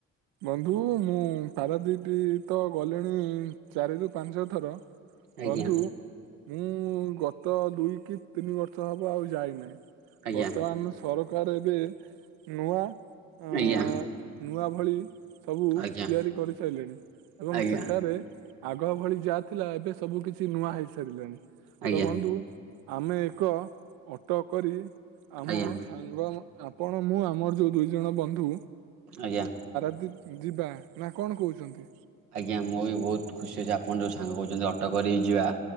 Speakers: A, on the right (about 55°); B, on the right (about 80°).
A: ବନ୍ଧୁ ମୁଁ ପାରାଦିପି ତ ଗଲିଣି ଚାରି ରରୁ ପାଞ୍ଚ ଥର।
B: ଆଜ୍ଞା
A: ବନ୍ଧୁ ମୁଁ ଗତ ଦୁଇ କି ତିନି ବର୍ଷ ହବ ଆଉ ଯାଇନାହିଁ।
B: ଆଜ୍ଞା
A: ବର୍ତ୍ତମାନ ସରକାର ଏବେ ନୂଆ। ଅ
B: ଆଜ୍ଞା।
A: ନୂଆ ଭଳି ସବୁ
B: ଆଜ୍ଞା
A: ତିଆରି କରିସାରିଲେଣି ଏବଂ
B: ଆଜ୍ଞା
A: ସେଠାରେ ଆଗ ଭଳି ଯାହା ଥିଲା, ଏବେ ସବୁ କିଛି ନୂଆ ହେଇ ସାରିଲାଣି
B: ଆଜ୍ଞା
A: ତ ବନ୍ଧୁ ଆମେ ଏକ ଅଟୋ କରି ଆମ
B: ଆଜ୍ଞା
A: ସାଙ୍ଗ ଆପଣ ମୁଁ ଆମର ଯେଉଁ ଦୁଇଜଣ ବନ୍ଧୁ।
B: ଆଜ୍ଞା।
A: ଯି ଯିବା। ନା କଣ କହୁଛନ୍ତି?
B: ଆଜ୍ଞା ମୁଁ ବି ବହୁତ ଖୁସି ଅଛି, ଆପଣଙ୍କ ଜସ୍ ସାଙ୍ଗ କହୁଛନ୍ତି, ଅଟୋ କରି ଯିବା,